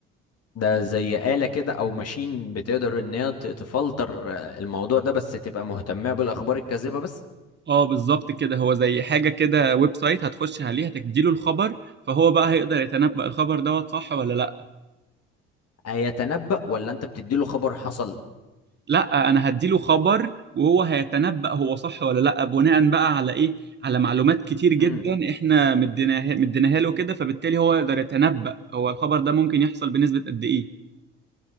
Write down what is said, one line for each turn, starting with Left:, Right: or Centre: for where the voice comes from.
Left: ده زي آلة كده أو ماشين بتقدر إن هي ت- تفلتر آه، الموضوع ده بس تبقى مهتمة بالأخبار الكاذبة بس
Right: اه بالظبط كده هو زي حاجة كده ويب سايت هتخش عليه هتديله الخبر فهو بقى هيقدر يتنبأ الخبر دوت صح ولا لا
Left: هيتنبأ ولا أنت بتديله خبر حصل؟
Right: لا انا هديله خبر وهو هيتنبأ هو صح ولا لا بناء بقى على ايه على معلومات كتير جدا
Left: امم
Right: احنا مديناها مديناها له كده فبالتالي هو يقدر يتنبأ هو الخبر ده ممكن يحصل بنسبة قد ايه